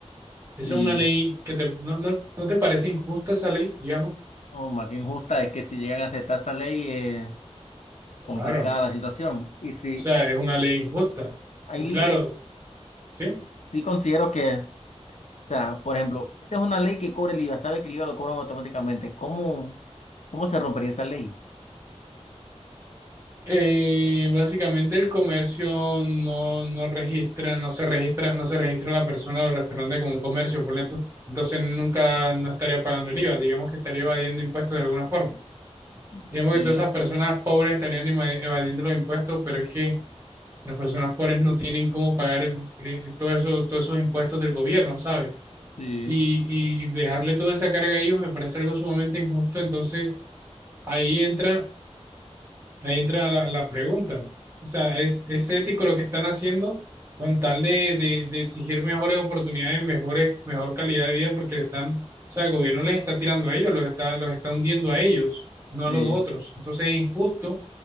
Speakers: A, on the right; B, on the left.
A: Esa
B: Y,
A: es una ley que te, no, no, ¿no te parece injusta esa ley, digamos?
B: oh, más que injusta es que si llegan a aceptar esa ley, es
A: Claro,
B: complicada la situación. Y si
A: O sea, es una ley injusta.
B: hay
A: Y claro, ¿sí?
B: Sí considero que, o sea, por ejemplo, esa es una ley que cobra el IVA, sabe que el IVA lo cobran automáticamente. ¿Cómo, cómo se rompería esa ley?
A: Eh, básicamente el comercio no, no registra, no se registra, no se registra la persona del restaurante como un comercio, ponle tú. Entonces nunca no estaría pagando el IVA, digamos que estaría evadiendo impuestos de alguna forma.
B: Ok,
A: Digamos que todas esas personas pobres estarían eva- evadiendo los impuestos, pero es que las personas pobres no tienen cómo pagar eh, todo eso, todos esos impuestos del gobierno, ¿sabes?
B: Sí,
A: Y, y dejarle toda esa carga a ellos me parece algo sumamente injusto, entonces ahí entra Ahí entra la, la pregunta. O sea, ¿es, es ético lo que están haciendo con tal de, de, de exigir mejores oportunidades, mejores, mejor calidad de vida? Porque le están, o sea, el gobierno les está tirando a ellos, los está, los está hundiendo a ellos, no
B: sí.
A: a los otros. Entonces es injusto